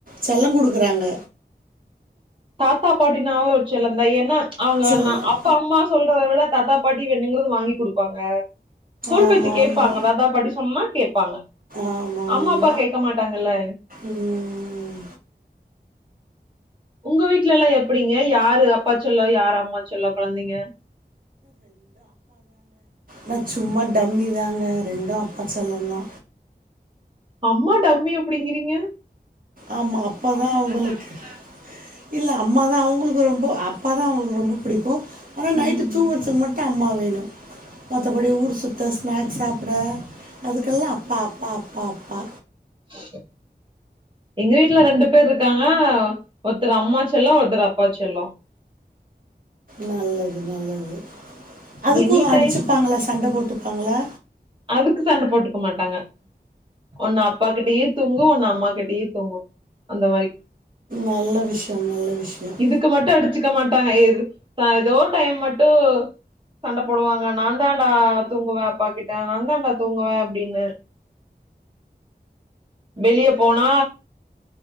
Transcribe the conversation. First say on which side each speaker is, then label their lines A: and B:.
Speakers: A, on the right; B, on the right.
A: செல்லங் குடுக்குறாங்க
B: தாத்தா பாட்டினாவே ஒரு செல்லந்தா ஏன்னா அவங்க
A: செல்லம்
B: ஏன்னா அப்பா அம்மா சொல்றத விட தாத்தா பாட்டி வேணுங்கறது வாங்கி குடு ப்பாங்க சொல்
A: ஆமா
B: பேச்சு கேப்பாங்க
A: உண்ம.
B: தாத்தா பாட்டி சொன்னா கேப்பாங்க
A: ஆமா உண்ம.
B: அம்மா அப்பா கேக்க மாட்டாங்கல்ல
A: ம்.
B: உங்க வீட்ல எல்லா எப்படிங்க யாரு அப்பா செல்லோ யாரு அம்மா செல்லோ கொழந்தைங்க
A: நா சும்மா டம்மிதாங்க ரெண்டு அப்பா செல்லந்தா
B: அம்மா டம்மி அப்பிடிங்கிறீங்க
A: ஆமா அப்பாதா அவுங்களுக்கு இல்ல அம்மாதா அவுங்களுக்கு ரொம்போ அப்பாதா அவங்களுக்கு ரொம்போ புடிக்கு ஆனா நைட்டு
B: ம்
A: தூங்கறதுக்கு மட் டு அம்மா வேணு மத்தபடி ஊர் சுத்த ஸ்நாக்ஸ் சாப்ட அதுக்கெல்லா அப்பா அப்பா அப் பா அப்பா
B: ஹ எங்க வீட்ல ரெண்டு பேர் இருக்காங்க ஒர்த்தரு அம்மா செல்லோ ஒர்த்தரு அப்பா செல்லோ
A: நல்லது நல்லது அதுக்கு
B: எனி
A: அடிச்சுப்பாங்களா
B: டைம்
A: சண்ட போட் கொடுப்பாங்களா
B: அதுக்கு சண்டை போட்டுக்க மாட்டாங்க ஒன்னு அப்பா கிட்டயே தூங்கும் ஒன்னு அம்மா கிட்டயே தூங்கும் அந்த மாதிரி
A: நல்ல விஷயம் நல்ல விஷயம்
B: இதுக்கு மட்டும் அடிச்சக்க மாட்டாங்க ஏது ஏதோ டைம் மட்டும் சண்டை போடுவாங்க நான் தான்டா தூங்குவவேன் அப்டிண்டு நான் தாண்டா தூங்குவேன் அப்படின்னு வெளிய போனா